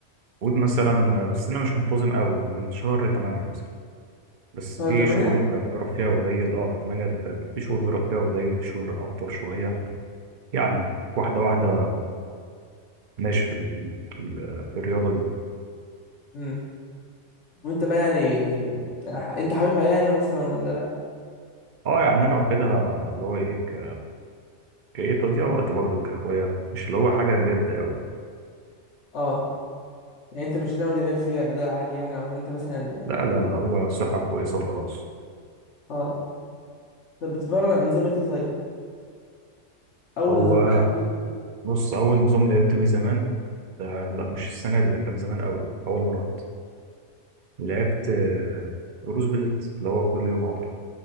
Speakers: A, on the right; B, on the left.
A: قول مثلا بس انا مش منتظم قوي من شهر 8 مثلا بس
B: شهر
A: في
B: 8
A: شهور ب- بروح فيها قليل اه 8 اللي فات في شهور بروح فيها قليل في شهور اكتر شويه يعني واحده واحده ماشي في ال- في ال- في ال- في الرياضه دي
B: امم وانت بقى يعني ح- انت حاببها يعني اصلا ولا لا؟
A: اه يعني انا واخدها اللي هو ايه ك- كايه تضييع وقت برضه كهوايه مش اللي هو حاجه جد قوي
B: اه يعني انت مش ناوي تعمل فيها اداء عالي يعني ولا انت مثلا
A: لا لا لا هو الصحه كويسه وخلاص
B: اه طب بتتمرن انظمه ايه طيب؟ اول
A: هو
B: نظام بدات بيه
A: بص اول نظام لعبت بيه زمان ده لا مش السنه دي ده كان زمان قوي اول ما رحت لعبت آه، روز بلت اللي هو كل يوم عضل